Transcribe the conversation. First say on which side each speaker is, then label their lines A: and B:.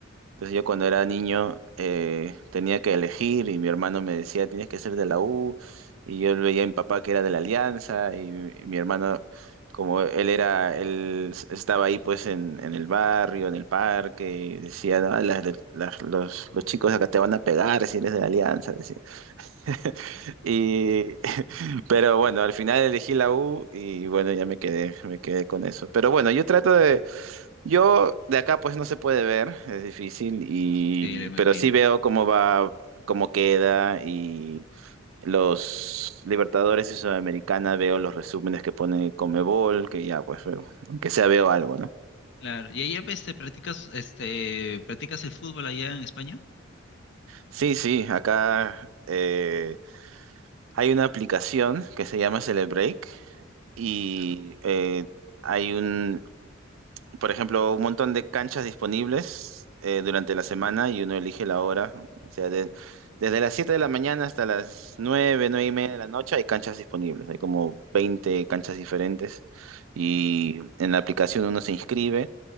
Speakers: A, on the right; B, on the left.
A: entonces yo cuando era niño eh, tenía que elegir y mi hermano me decía, tienes que ser de la U. Y yo veía a mi papá que era de la Alianza y, mi y mi hermano, como él era, él s- estaba ahí pues en, en el barrio, en el parque, y decía, "No, las de- las- los, los chicos acá te van a pegar si eres de la Alianza, decía. <laughs> Y, <laughs> pero bueno, al final elegí la U y bueno, ya me quedé, me quedé con eso. Pero bueno, yo trato de yo de acá pues no se puede ver, es difícil, y
B: Sí, lo imagino.
A: pero sí veo cómo va, cómo queda y los Libertadores y Sudamericana veo los resúmenes que pone Comebol, que ya pues eh, aunque sea veo algo, ¿no?
B: Claro. ¿Y allá este practicas este practicas el fútbol allá en España?
A: Sí, sí, acá eh, hay una aplicación que se llama Celebreak y
B: Ya.
A: eh, hay un por ejemplo, un montón de canchas disponibles eh, durante la semana y uno elige la hora. O sea, de- desde las 7 de la mañana hasta las 9, 9 y media de la noche hay canchas disponibles. Hay como 20 canchas diferentes y en la aplicación uno se inscribe